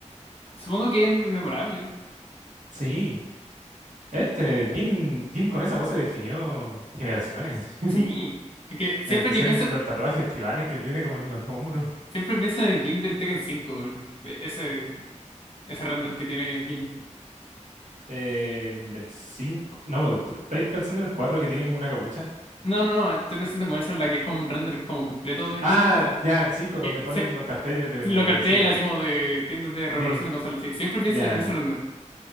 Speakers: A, on the left; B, on the right.
A: Supongo que es memorable.
B: Sí. Este, Jin, Jin con esa pose definió generaciones. <laughs>
A: Sí, es que siempre
B: En especial
A: que pienso,
B: los tatuajes tribales que tiene como en los hombros.
A: siempre pienso en el Jin del Tekken 5, el- ese, ese render que tiene Jin.
B: Eh, el del cinco, No, p- estáis pensando en el 4 que tiene como una capucha.
A: No, no, no, estoy pensando con esa en la que es como un render como completo de
B: Ah,
A: cuerpo.
B: ya, el 5 donde
A: Que
B: ponen
A: siempre,
B: los carteles de,
A: los
B: de
A: carteles
B: Ciber.
A: así como de tiendas de reparación
B: Sí,
A: de consolas, sí, siempre pienso
B: ya.
A: en ese render.